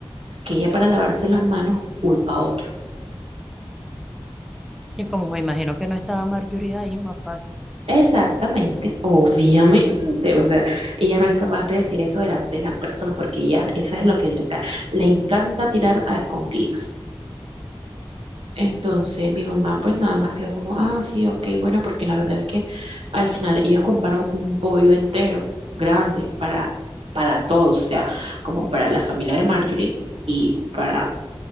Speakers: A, on the right; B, in the centre.
A: que ella para lavarse las manos culpa a otro.
B: Y como me imagino que no estaba Marjorie ahí, más fácil.
A: Exactamente, obviamente, o sea, ella no es capaz de decir eso delante de las personas porque ella, esa es lo que le, le encanta tirar a escondidas. Entonces mi mamá pues nada más quedó como, ah, sí, ok, bueno, porque la verdad es que al final ellos compraron un pollo entero, grande, para, para todos, o sea, como para la familia de Marjorie y para,